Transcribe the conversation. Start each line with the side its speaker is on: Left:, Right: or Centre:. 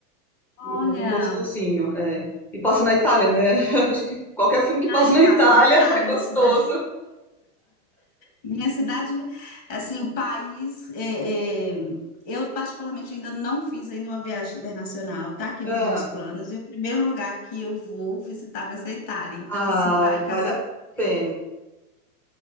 Left: Olha,
Centre: E é bem gostosinho, é. E passa na Itália, né? <laughs> Acho que qualquer filme que
Left: aí
Centre: passa na
Left: passa
Centre: Itália
Left: na Itália,
Centre: <laughs> é gostoso.
Left: minha cidade. Minha cidade, assim, o país. é, é, eu, particularmente, ainda não fiz ainda uma viagem internacional, está aqui nos
Centre: Ah,
Left: meus planos, e o primeiro lugar que eu vou visitar vai ser a Itália. Então,
Centre: ah,
Left: assim, vai casar
Centre: vale a
Left: muito bem
Centre: pena.